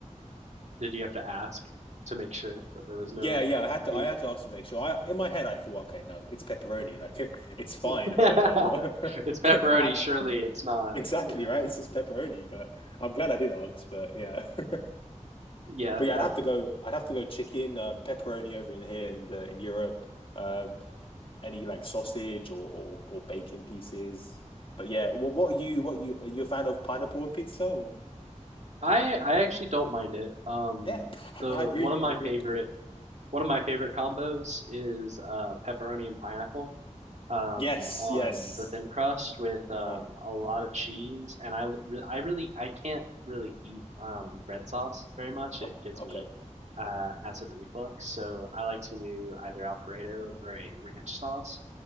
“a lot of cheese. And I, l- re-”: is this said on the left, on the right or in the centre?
Right